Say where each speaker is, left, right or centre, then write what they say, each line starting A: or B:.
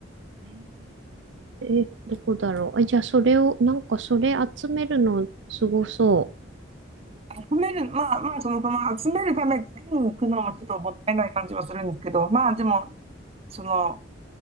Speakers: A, on the right (about 65°); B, on the right (about 30°).
A: えー、え、どこだろう。あ、じゃあ、それを、なんか、それ集めるの、すごそ
B: 集める、まあまあ、その、まあ、集めるためだけに行くのもちょっともったいない感じはするんですけど、まあでも、その、